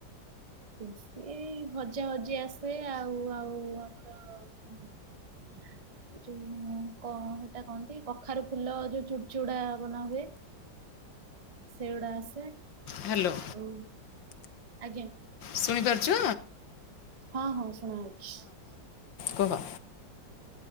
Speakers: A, on the right; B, on the left.
A: ସେଇ ଭଜା ଭଜି ଆସେ, ଆଉ ଆଉ ଆମର। ହୁଁ ହା ଯୋଉ କ ହେଇଟା କହନ୍ତି, କଖାରୁ ଫୁଲ ଯୋଉ ଚୁଡ୍ ‌ଚୁଡା ବନା ହୁଏ। ସେଉଡା ଆସେ,
B: ହ୍ୟାଲୋ
A: ଆଉ। ଆଜ୍ଞା।
B: ଶୁଣିପାରୁଚୁ।
A: ହଁ ହଁ ଶୁଣା ହଉଚି।
B: କୁହ।